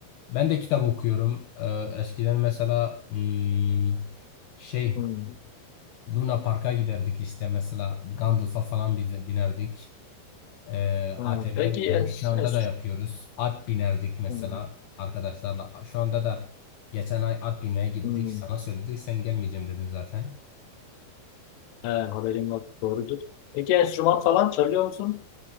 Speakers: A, on the left (about 70°); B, on the left (about 85°).
A: Ben de kitap okuyorum. Ee, eskiden mesela hmm, şey
B: hmm,
A: Luna Park'a giderdik işte mesela Gandalf'a falan bize binerdik. Ee,
B: ha.
A: ATV'ye
B: Peki
A: binerdik.
B: en,
A: Şu anda
B: en,
A: da yapıyoruz. At binerdik mesela
B: hmm,
A: arkadaşlarla. Şu anda da geçen ay at binmeye gittik.
B: hmm.
A: Sana söyledik sen gelmeyeceğim dedin zaten.
B: Ha, haberim var. Doğrudur. Peki enstrüman falan çalıyor musun?